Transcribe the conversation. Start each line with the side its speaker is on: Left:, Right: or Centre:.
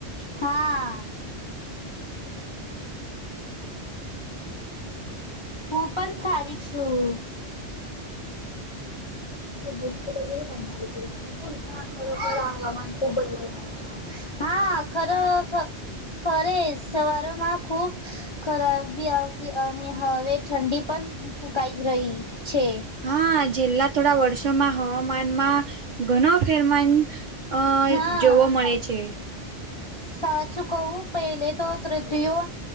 Left: હા. હું પણ સારી છું. ભૂલી કે ગય લોકોરી બોલ હા ખરોખર હવામાન ખૂબ બદલા. હા ખરો ખરે સવારોમાં ખુબ ખરાબ. આવતી અને હવે ઠંડી પણ ફૂકાઈ રહી છે.
Right: હા છેલ્લા થોડા વર્ષોમાં હવામાનમાં ઘણો ફેરમાન અ
Left: હા
Right: જોવા મળે છે.
Left: સાચું કવું પહેલે તો તૃતીયો